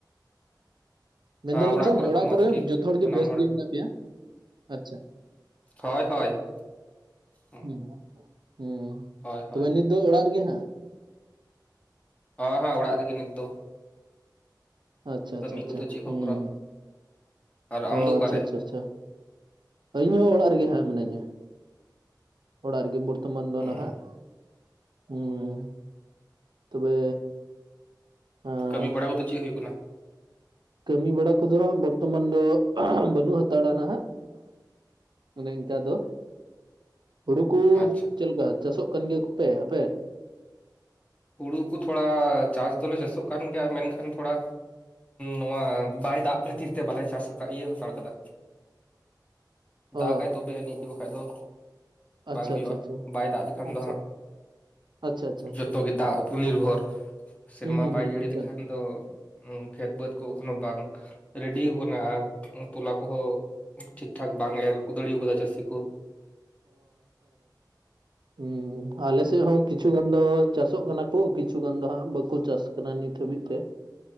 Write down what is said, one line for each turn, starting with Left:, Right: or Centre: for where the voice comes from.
Right: ᱢᱮᱱᱫᱟᱞᱤᱧ
Left: ᱟ,
Right: ᱪᱚᱝ
Left: ᱦᱚᱸ
Right: ᱚᱲᱟᱜ
Left: ᱢᱚᱸᱡᱽ
Right: ᱠᱚᱨᱮ
Left: ᱜᱮ?
Right: ᱡᱚᱛᱚ ᱦᱚᱲᱜᱮ
Left: ᱥᱟᱱᱟᱢ
Right: ᱵᱮᱥ
Left: ᱦᱚᱲ
Right: ᱜᱮ ᱢᱮᱱᱟᱜ ᱯᱮᱭᱟ ᱟᱪᱪᱷᱟ
Left: ᱦᱳᱭ ᱦᱳᱭ ᱦᱩᱸ,
Right: ᱦ ᱦᱮᱸ
Left: ᱦᱳᱭ ᱦᱳᱭ
Right: ᱛᱚᱵᱮ ᱱᱤᱛ ᱫᱚ ᱚᱲᱟᱜ ᱨᱮᱜᱮ ᱦᱟᱸᱜ
Left: ᱦᱮᱸ ᱦᱮᱸ ᱚᱲᱟᱜ ᱨᱮᱜᱮ ᱱᱤᱛ ᱫᱚ
Right: ᱟᱪᱪᱷᱟ
Left: ᱠᱟᱹᱢᱤ
Right: ᱟᱪᱪᱷᱟ ᱟᱪᱪᱷᱟ
Left: ᱠᱚᱫᱚ ᱪᱮᱫ ᱦᱚᱸ
Right: ᱦᱩᱸ
Left: ᱠᱚᱨᱟᱣ ᱟᱨ ᱟᱢ
Right: ᱚ
Left: ᱫᱚ ᱚᱠᱟᱨᱮ?
Right: ᱟᱪᱪᱷᱟ ᱟᱪᱪᱷᱟ ᱟᱪᱷᱟ ᱤᱧ ᱦᱚᱸ ᱚᱲᱟᱜ ᱨᱮᱜᱮ ᱦᱟᱸᱜ ᱢᱤᱱᱟᱹᱧᱟ ᱚᱲᱟᱜ ᱨᱮᱜᱮ ᱵᱚᱨᱛᱚᱢᱟᱱ ᱫᱚ
Left: ᱦᱚᱸ
Right: ᱱᱟᱦᱟᱜ ᱦᱮᱸ ᱛᱚᱵᱮ ᱟᱸ
Left: ᱠᱟᱹᱢᱤ ᱵᱟᱲᱟ ᱠᱚᱫᱚ ᱪᱮᱫ ᱦᱩᱭᱩᱜ ᱠᱟᱱᱟ
Right: ᱠᱟᱹᱢᱤ ᱵᱟᱲᱟ ᱠᱚᱫᱚ ᱦᱟᱸᱜ ᱵᱚᱨᱛᱚᱢᱟᱱ ᱫᱚ ᱵᱟᱹᱱᱩᱜ ᱦᱟᱛᱟᱲᱟᱱᱟᱦᱟᱸᱜ ᱚᱱᱮ ᱤᱱᱠᱟᱹ ᱫᱚ ᱦᱩᱲᱩ ᱠᱚ
Left: ᱟᱪᱪᱷᱟ
Right: ᱪᱮᱫᱠᱟ ᱪᱟᱥᱚᱜ ᱠᱟᱱ ᱜᱮᱭᱟᱯᱮ ᱟᱯᱮ
Left: ᱦᱩᱲᱩ ᱠᱚ ᱛᱷᱚᱲᱟ ᱪᱟᱥ ᱫᱚᱞᱮ ᱪᱟᱥᱚᱜ ᱠᱟᱱ ᱜᱮᱭᱟ ᱢᱮᱱᱠᱷᱟᱱ ᱛᱷᱚᱲᱟ ᱱᱚᱣᱟ ᱵᱟᱭ ᱫᱟᱜ ᱠᱷᱟᱹᱛᱤᱨ ᱛᱮ ᱵᱟᱞᱮ ᱪᱟᱥ ᱤᱭᱟᱹ ᱦᱟᱛᱟᱲ ᱠᱟᱫᱟ ᱫᱟᱜᱟᱭ
Right: ᱚ
Left: ᱛᱚᱵᱮ ᱮᱱᱮᱡᱤᱡ ᱫᱚ ᱵᱟᱠᱷᱟᱡ ᱫᱚ
Right: ᱟᱪᱪᱷᱟ
Left: ᱵᱟᱝ ᱦᱩᱭᱩᱜᱼᱟ
Right: ᱟᱪᱪᱷᱟ ᱟᱪᱪᱷᱟ
Left: ᱵᱟᱭ ᱫᱟᱜ ᱞᱮᱠᱷᱟᱱ
Right: ᱟᱪᱪᱷᱟ
Left: ᱫᱚ ᱦᱟᱸᱜ
Right: ᱟᱪᱪᱷᱟ ᱟᱪᱪᱷᱟ ᱟᱪᱪᱷᱟ
Left: ᱡᱚᱛᱚ ᱟᱜ ᱩᱯ ᱱᱤᱨᱵᱷᱚᱨ ᱥᱮᱨᱢᱟ
Right: ᱦᱩᱸ ᱦᱩᱸ
Left: ᱵᱟᱭ
Right: ᱦᱩᱸ
Left: ᱡᱟᱹᱲᱤ
Right: ᱟᱪᱪᱷᱟ
Left: ᱞᱮᱠᱷᱟᱱ ᱫᱚ ᱠᱷᱮᱛ ᱵᱟᱹᱫᱽ ᱠᱚ ᱮᱠᱷᱚᱱᱳ ᱵᱟᱝ ᱨᱮᱰᱤ ᱠᱟᱱᱟ ᱟᱨ ᱛᱚᱞᱟ ᱠᱚᱦᱚᱸ ᱴᱷᱤᱠᱴᱷᱟᱠ ᱵᱟᱝ ᱮᱨ ᱠᱚ ᱫᱟᱲᱤᱣᱟᱠᱟᱫᱟ ᱪᱟᱹᱥᱤ ᱠᱚ <unintelligible>
Right: ᱦᱩ ᱟᱞᱮ ᱥᱮᱫ ᱦᱚᱸ ᱠᱤᱪᱷᱩ ᱜᱟᱱ ᱫᱚ ᱪᱟᱥᱚᱜ ᱠᱟᱱᱟ ᱠᱚ ᱠᱤᱪᱷᱩ ᱜᱟᱱ ᱫᱚ ᱦᱟᱜ ᱵᱟᱠᱚ ᱪᱟᱥ ᱠᱟᱱᱟ ᱱᱤᱛ ᱦᱟᱹᱵᱤᱡ <unintelligible>